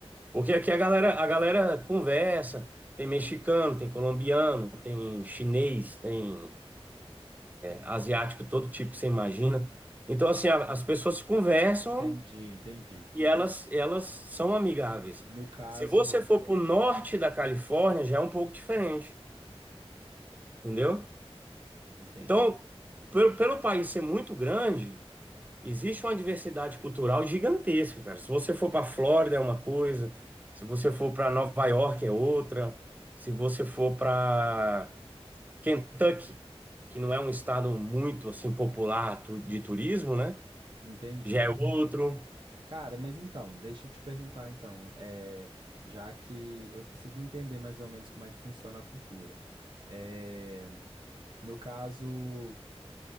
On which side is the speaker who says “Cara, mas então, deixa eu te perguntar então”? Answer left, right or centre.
Right